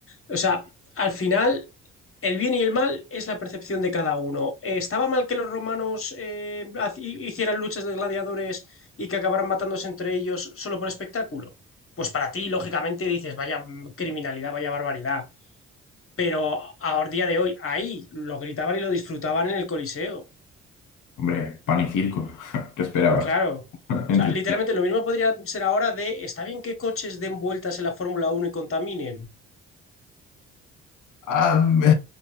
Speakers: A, on the left; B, on the left.
A: O sea, al final el bien y el mal es la percepción de cada uno. Eh, ¿Estaba mal que los romanos eh, ha- hicieran luchas de gladiadores y que acabaran matándose entre ellos solo por espectáculo? Pues para ti, lógicamente, dices, vaya mm, criminalidad, vaya barbaridad. Pero a día de hoy, ahí lo gritaban y lo disfrutaban en el Coliseo.
B: Hombre, pan y circo, <laughs> ¿qué esperabas?
A: Claro.
B: <laughs> Entre
A: O sea, literalmente lo mismo podría ser ahora de, está bien que coches den vueltas en la Fórmula Uno y contaminen.
B: Ah, me